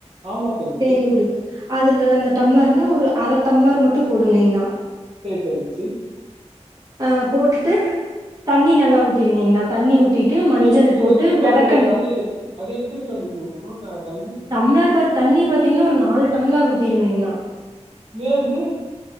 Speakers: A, on the right; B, on the right.
A: ஆமா தங்கச்சி
B: தேனீர் குடிப்ப அதுல அந்த டம்ளர்ல ஒரு அர டம்ளர் மட்டு போடுங்கய்கனா
A: சேர் தங்கச்சி
B: அ போட்டுட்டு தண்ணி நல்லா ஊத்திறிங்கனா தண்ணி ஊத்தி டு மஞ்சள்
A: எத்-
B: போட்டு
A: எத்தனை டம்ளர்
B: வெளக்கண்
A: அது அது அது எத்தனை டம்ளர் ஊற்றணும் த தண்ணி
B: டம்ளர் பாத் தண்ணி பாத்தீங்னா ஒரு நாலு டம்ளர் ஊத்திருங்கங்னா ஆ
A: ஏ அது